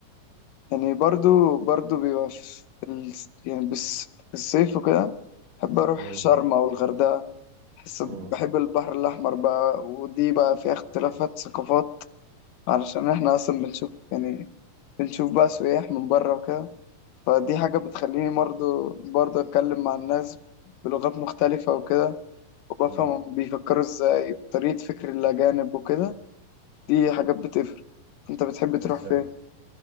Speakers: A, on the left; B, on the right.
A: يعني برضو برضو بيبقى في ال... يعني بس في الصيف وكده بحب أروح
B: مم.
A: شرم أو الغردقة بحس
B: مم.
A: بحب البحر الأحمر بقى ودي بقى فيها اختلافات ثقافات علشان إحنا أصلا بنشوف يعني بنشوف بقى سياح من بره وكده فدي حاجة بتخليني برضو برضو أتكلم مع الناس بلغات مختلفة وكده وبفهم
B: مم.
A: هم بيفكروا إزاي طريقة فكر الأجانب وكده دي حاجات بتفرق انت بتحب تروح
B: بس
A: فين